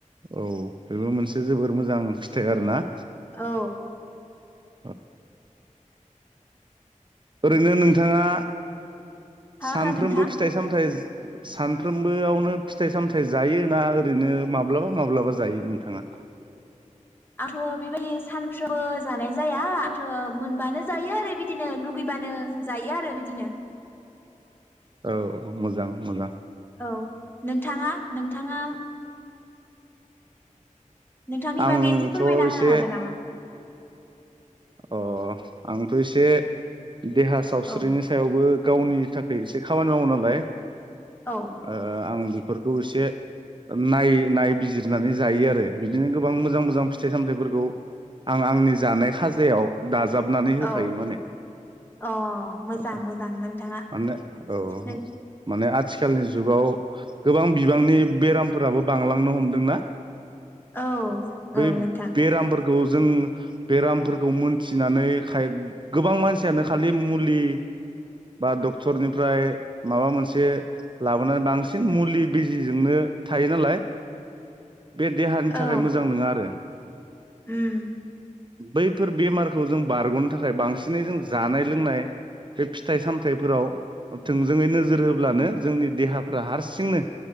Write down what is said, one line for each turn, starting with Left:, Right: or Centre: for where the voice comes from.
Right: औ बेबो मोनसे जोबोर मोजां फिथाइ आरोना
Left: औ।
Right: औ। ओरैनो नोंथाङा
Left: हो
Right: सानफ्रोमबो
Left: हो नोंथां
Right: फिथाइ सामथायाइ सानफ्रोमबोआवनो फिथाइ सामथाइ जायो ना ओरैनो माब्लाबा माब्लाबा जायो नोंथाङा?
Left: आंथ' बेबायदि सानफ्रोमबो जानाय जाया आंथ' मोनबानो जायो आरो बिदिनो लुगैबानो जायो आरो बिदिनो।
Right: औ औ मोजां मोजां।
Left: औ नोंथाङा नोंथाङा नोंथांनि
Right: आंथ'
Left: बागै एसे फोरमायना
Right: एसे
Left: होनो हागोन नामा?
Right: अ आंथ' एसे देहा सावस्रिनि
Left: औ
Right: सायावबो गावनि थाखै एसे खामानि मावो नालाय
Left: औ
Right: ओ आं बि फोरखौ इसे नाय नायबिजिरनानै जायो आरो बिदिनो गोबां मोजां मोजां फिथाइ सामथाइफोरखौ आं आंनि जानाय खाज जायाव दाजाबनानै होफायो
Left: औ
Right: माने
Left: अ मोजां
Right: औ
Left: मोजां नोंथाङा
Right: माने औ
Left: नों
Right: माने आथिखालनि जुगाव गोबां बिबांनि बेरामफोराबो बांलांनो हमदोंना
Left: औ
Right: बै
Left: औ नोंथां
Right: बेरामफोरखौ जों बेेराम फोरखौ मोनथिनानै खाय गोबां मानसियानो खालि मुलि बा डक्टरनिफ्राय माबा मोनसे लाबोनानै बांसिन मुलि बिजिजोंनो थायो नालाय बे देहानि
Left: औ
Right: थाखाय मोजां नोङा आरो।
Left: उम
Right: बै फोर बेमारखौ जों बारग'नो थाखाय बांसिनै जों जानाय लोंनाय बे फिथाइ सामथाइफोराव थोंजोङै नोजोर होब्लानो जोंनि देहाफ्रा हारसिंनो